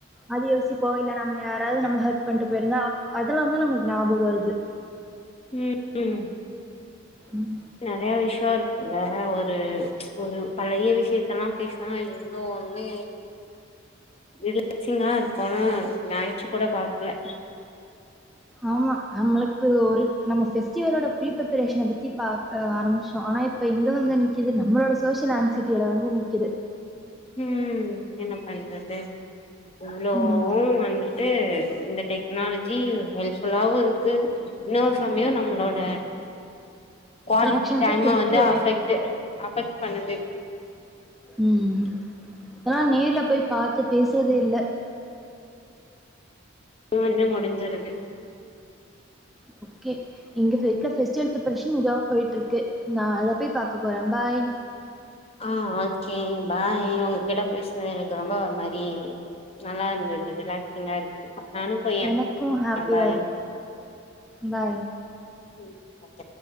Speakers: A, in the centre; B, on the left (about 30°).
A: அது யோசிப்போ இல்ல நம்ம யாராவது நம்ம ஹெ்ட் பண்ணிட்டு போயிருந்தா அதெலாம் வந்துான் நம்மக்கு ஞாபகம் வருது
B: ம் ம்
A: ம்
B: நெறைய விஷயம் இருக்கு இல்ல ஒரு ஒரு பழைய விஷயத்தல்லாம் பேசா இவ்ன்னும் வந்து ரிலாக்சிங்கா இருக்கனு ஞாயிச்சு கூட பாக்கல
A: ஆமா நம்மளுக்கு ஒரு நம்ம பெஸ்டிவலோட ப்ரி பீப்ரேஷன் பத்தி ஆரம்பிச்சோம் ஆனா இப்ப இங்க வந்து நிக்குது நம்மளோட சோசியல் ஆங்க்சிட்டியில வந்து நிக்குது
B: ம் என்ன பண்றது <unintelligible>
A: ம்
B: வன்றி ட்டு இந்த டெக்னாலஜி ஹெல்ப்ஃபுல்லாவு இருக்கு இன்னொரு சமயம் நம்மளோட குவாலிட்டி
A: கனெக்ஷன்ஸ
B: டைமா
A: பிரிச்சு
B: வந்து
A: வைக்குது
B: அஃபெக்ட் அஃபெக்ட் பண்ணது
A: ம் ஏனா நேர்ல போய் பார்த்து பேசுறதே இல்ல
B: ன்ன முடிஞ்சருது
A: ஓகே எங்க வீட்ல பெஸ்டிவல் பிரேபரேஷன் இதாவா போயிட்டு இருக்கு நான் அத போய் பாக்க போறேன் பாய்
B: ஆ ஓகே பாய் உங்ககிட்ட பேசுினது எனக்கு ரொம்ப மாரி நல்லா இருந்தது ரிலாக்சிங்கா இருக்கு நானு போய்
A: எனக்கும் ஹாப்பியா
B: பாய்
A: இருக்கு பாய்
B: ம் ஓகே